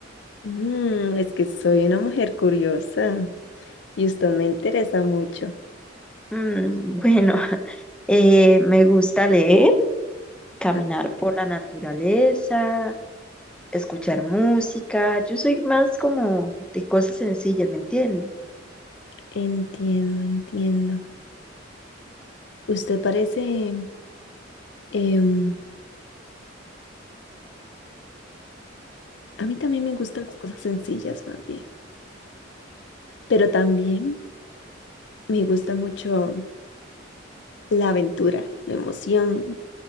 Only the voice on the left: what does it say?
Mm, es que soy una mujer curiosa y usted me interesa mucho.
Ah,
Entiendo, entiendo. Usted parece... em, a mí también me gustan las cosas sencillas, más bien. Pero también me gusta mucho la aventura, la emoción,